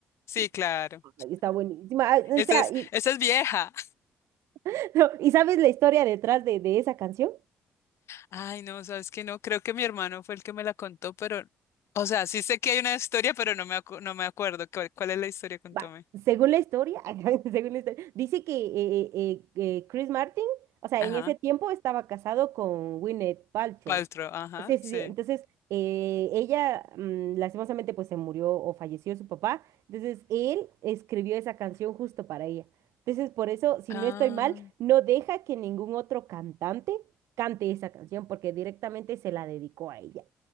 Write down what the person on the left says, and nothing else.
Sí,
claro.
Esa
es,
esa es vieja.
Ay, no, sabes que no, creo que mi hermano fue el que me la contó, pero, o sea, sí sé que hay una historia, pero no me, acu- no me acuerdo. ¿Cuál, cuál es la historia? Contame.
Ajá.
Paltrow, ajá,
sí.
Ah,